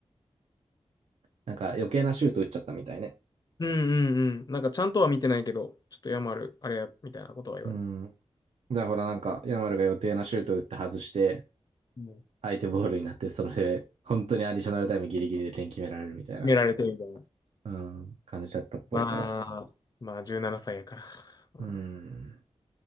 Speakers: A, on the right; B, on the left.
A: なんか余計なシュート打っちゃったみたいね。
B: うんうんうん。なんかちゃんとは見てないけど、ちょっとヤマル、あれや、みたいなことは言われる。
A: うん。だからほらなんか、ヤマルが予定なシュート打って外して、
B: うん
A: 相手ボールになって、それで、本当にアディショナルタイムギリギリで点決められるみたいな、
B: 決められてるみたいな。
A: うん、感じだったっぽいから。
B: まあ、まあ17歳やから。うん
A: うん。